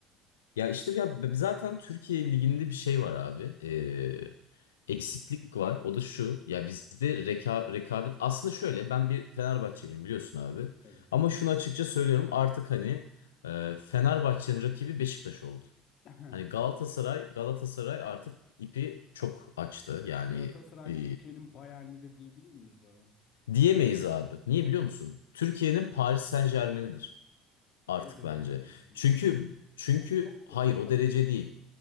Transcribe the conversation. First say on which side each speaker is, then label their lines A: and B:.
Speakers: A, on the left (about 85°); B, on the left (about 55°).
A: Ya işte ya b- zaten Türkiye Ligi'nde bir şey var abi. Ee, eksiklik var. O da şu. Ya bizde reka- rekabet aslında şöyle. Ben bir Fenerbahçeliyim biliyorsun abi.
B: Evet.
A: Ama şunu açıkça söylüyorum. Artık hani e, Fenerbahçe'nin rakibi Beşiktaş oldu.
B: <laughs>
A: Hani Galatasaray Galatasaray artık ipi çok açtı. Yani
B: Galatasaray
A: e,
B: Türkiye'nin Bayern'idir diyebilir miyiz Baran?
A: diyemeyiz abi. Niye biliyor musun? Türkiye'nin Paris Saint-Germain'idir artık
B: O derece
A: bence.
B: diyorsun.
A: Çünkü çünkü
B: O çok
A: hayır
B: oldu
A: o
B: lan.
A: derece değil.